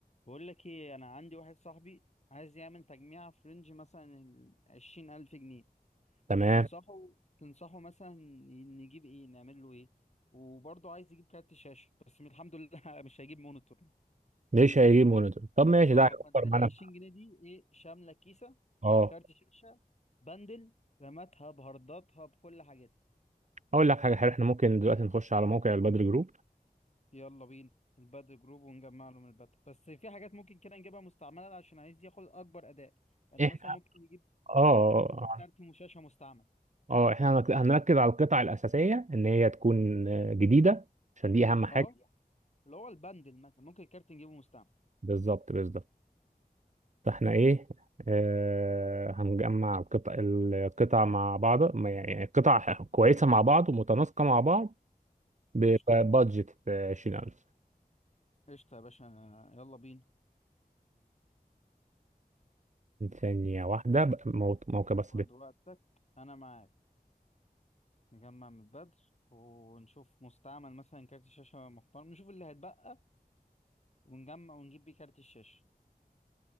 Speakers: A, on the left (about 45°); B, on the right (about 50°).
A: بقول لك ايه انا عندي واحد صاحبي عايز يعمل تجميع في رينج مثلا ال عشرين الف جنيه
B: تمام
A: تنصحه تنصحه مثلا نجيب ايه نعمل له ايه وبرضه عايز يجيب كارت شاشة بس الحمد لله <laughs> مش هيجيب مونيتور يعني
B: ليش هيجيب مونيتور طب ماشي
A: اه
B: ده هيوفر
A: فانت ال
B: معانا
A: 20 جنيه دي ايه شاملة كيسة
B: اه
A: كارت شاشة بندل رماتها بهارداتها بكل حاجاتها
B: اقول لك حاجه حلوه احنا ممكن دلوقتي نخش على موقع البدر جروب
A: يلا بينا البدر جروب ونجمع له من البدر بس في حاجات ممكن كده نجيبها مستعملة عشان عايز ياخد اكبر اداء يعني
B: احنا
A: مثلا ممكن نجيب
B: اه
A: نجيب
B: اه
A: كارت شاشة مستعمل
B: آه، آه، احنا هنك- هنركز على القطع الاساسيه ان هي تكون آه، جديده عشان دي اهم حاجه
A: اه اللي هو البندل مثلا ممكن الكارت نجيبه مستعمل
B: بالظبط بالظبط فاحنا ايه آه هنجمع القطع القطع مع بعض ما يعني قطع كويسه مع بعض ومتناسقه مع بعض ببادجت
A: قشطة
B: 20000
A: قشطة يا باشا يلا بينا
B: ثانيه واحده بق- مو- موقع بس
A: خد وقتك أنا معاك نجمع من البدر ونشوف مستعمل مثلا كارت شاشة محترم نشوف اللي هيتبقى ونجمع ونجيب بيه كارت الشاشة